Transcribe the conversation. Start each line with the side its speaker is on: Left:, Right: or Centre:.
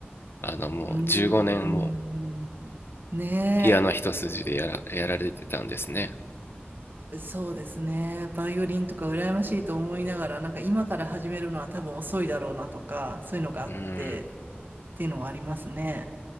Left: あの、もう15年も
Right: うーん。ね
Left: ピアノ一筋でやら、やられてたんですね。
Right: え、そうですね。バイオリンとか羨ましいと思いながら、なんか今から始めるのは多分遅いだろうなとか、そういうのがあって、
Left: うん。
Right: っていうのはありますね。